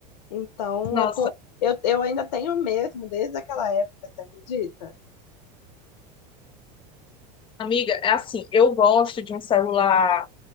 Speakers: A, on the left; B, on the left.
A: Então,
B: Nossa.
A: eu tô, eu, eu ainda tenho mesmo desde aquela época, você acredita?
B: Amiga, é assim, eu gosto de um celular